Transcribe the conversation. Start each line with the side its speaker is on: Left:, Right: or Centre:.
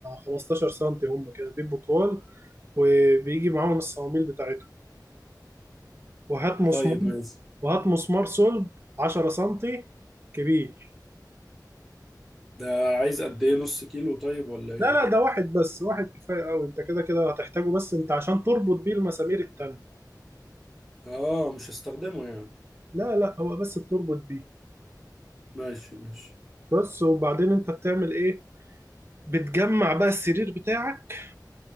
Right: 15 سنتي هم كده بيبقوا طوال وبيجي معاهم الصواميل بتاعتهم وهات مسمار
Centre: طيب ماشي
Right: وهات مسمار صلب 10 سنتي كبير
Centre: ده عايز قد ايه نص كيلو طيب ولا ايه
Right: لا لا ده واحد بس واحد كفاية أوي أنت كده كده هتحتاجه بس أنت عشان تربط بيه المسامير التانية
Centre: اه مش هستخدمه يعني
Right: لا لا هو بس بتربط بيه
Centre: ماشي ماشي
Right: بس وبعدين أنت بتعمل إيه بتجمع بقى السرير بتاعك